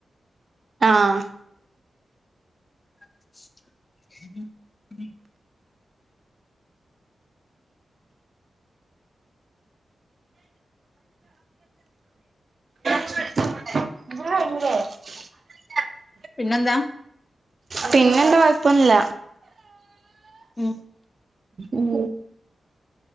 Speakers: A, on the right; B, on the left.
A: ആഹ്
B: <inaudible>
A: <unintelligible>
B: പിന്നെന്താ.
A: പിന്നെന്താ ഒപ്പൊല്ല.
B: ഉം.
A: ഉം.